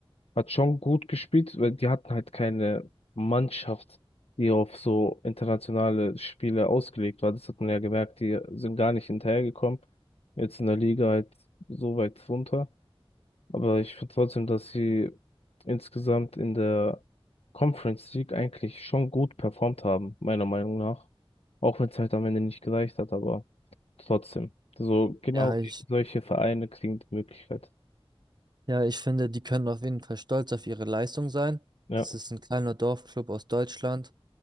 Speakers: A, on the left; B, on the right.
A: hat schon gut gespielt, weil die hatten halt keine Mannschaft, die auf so internationale Spiele ausgelegt war. Das hat man ja gemerkt, die sind gar nicht hinterhergekommen. Jetzt in der Liga halt so weit runter. Aber ich finde trotzdem, dass sie insgesamt in der Conference League eigentlich schon gut performt haben, meiner Meinung nach. Auch wenn es halt am Ende nicht gereicht hat, aber trotzdem. So genau
B: Ja, ich,
A: solche Vereine kriegen die Möglichkeit.
B: ja, ich finde, die können auf jeden Fall stolz auf ihre Leistung sein.
A: Ja,
B: Das ist ein kleiner Dorfclub aus Deutschland,